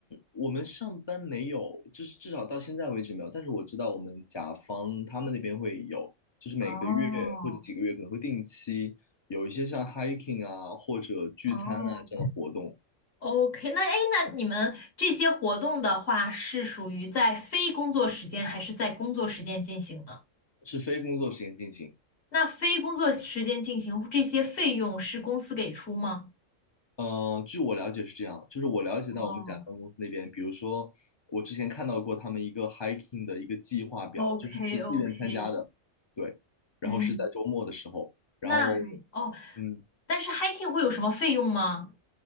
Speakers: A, on the left; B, on the left.
A: 我们上班没有，就是至少到现在为止没有。但是我知道我们甲方他们那边会有，就是每个月或者几个月可能会定期有一些像
B: 哦
A: hiking 啊或者聚餐啊这样的活动，
B: 哦，OK，那哎，那你们这些活动的话，是属于在非工作时间还是在工作时间进行呢？
A: 是非工作时间进行。
B: 那非工作时间进行这些费用是公司给出吗？
A: 呃，据我了解是这样，就是我了解到我们甲方公司那边，
B: 哦
A: 比如说我之前看到过他们一个 hiking 的一个计划表，
B: ，OK
A: 就是你是自愿参加的，
B: OK，
A: 对，然后是在周末的时候，
B: 嗯，
A: 然后
B: 那还哦，
A: 嗯。
B: 但是 hiking 会有什么费用吗？